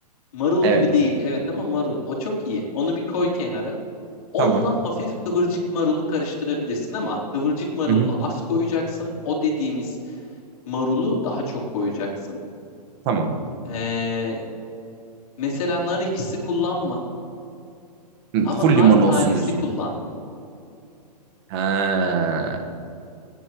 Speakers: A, on the left; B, on the right.
A: Marul
B: Evet.
A: gibi değil evet ama marul. O çok iyi. Onu bir koy kenara. Onunla
B: Tamam.
A: hafif kıvırcık marulu karıştırabilirsin ama kıvırcık marulunu
B: Hı-hı.
A: az koyacaksın. O dediğimiz marulu daha çok koyacaksın.
B: Tamam.
A: Ee, mesela nar ekşisi kullanma
B: Hı,
A: ama
B: Full
A: nar
B: limon
A: tanesi
B: olsun diyorsun.
A: kullan.
B: Ha.